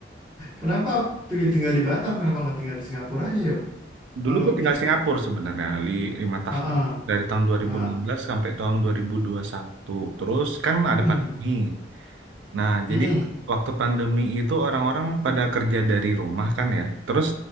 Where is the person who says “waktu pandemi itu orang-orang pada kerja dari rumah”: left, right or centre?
Right